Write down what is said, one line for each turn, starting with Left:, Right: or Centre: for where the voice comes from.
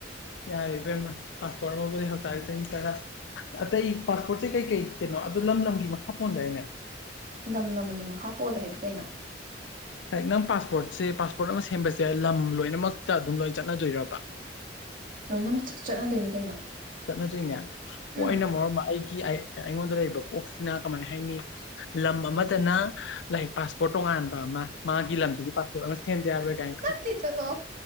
Left: ꯌꯥꯔꯦ ꯏꯕꯦꯝꯃ ꯄꯥꯁꯄꯣꯔꯠ ꯂꯧꯕꯁꯦ ꯉꯁꯥꯏ ꯆꯍꯤ ꯇꯔꯥ ꯑꯇꯩ ꯄꯥꯁꯄꯣꯔꯠꯁꯦ ꯀꯩ ꯀꯩ ꯀꯩꯅꯣ ꯑꯗꯨ ꯂꯝ ꯂꯝꯒꯤ ꯃꯈꯥ ꯄꯣꯟꯗꯥꯏꯅꯦ
Right: ꯅꯝ ꯅꯝꯒꯤ ꯃꯈꯥ ꯄꯣꯜꯂꯦ ꯍꯥꯏꯕꯨ ꯀꯩꯅꯣ
Left: ꯂꯥꯏꯛ ꯅꯪ ꯄꯥꯁꯄꯣꯔꯠꯁꯦ ꯄꯥꯁꯄꯣꯔꯠ ꯑꯃ ꯁꯦꯝꯕꯁꯦ ꯂꯝ ꯂꯣꯏꯅꯃꯛꯇ ꯑꯗꯨꯝ ꯂꯣꯏꯅ ꯆꯠꯅꯗꯣꯏꯔꯕ <inaudible>
Right: ꯂꯣꯏꯅꯃꯛ ꯆꯠ ꯆꯠꯅꯗꯣꯏꯅꯤ ꯀꯩꯅꯣ
Left: ꯆꯠꯅꯗꯣꯏꯅꯦ ꯑꯣ
Right: ꯎꯝ
Left: ꯑꯩꯅ ꯃꯔꯣꯟꯃ ꯑꯩꯒꯤ ꯑꯩꯉꯣꯟꯗ ꯂꯩꯔꯤꯕ ꯀꯣꯛꯁꯤꯅ ꯀꯃꯥꯏ ꯍꯥꯏꯅꯤ ꯂꯝ ꯑꯃꯗꯅ ꯂꯥꯏꯛ ꯄꯥꯁꯄꯣꯔꯠ ꯇꯣꯉꯥꯟꯕ ꯑꯃ ꯃꯥꯒꯤ ꯂꯝꯗꯨꯒꯤ ꯄꯥꯁꯄꯣꯔꯠ ꯑꯃ ꯁꯦꯝꯗ ꯌꯥꯔꯣꯢ ꯀꯥꯏ
Right: ꯇꯦ ꯆꯠꯂꯣ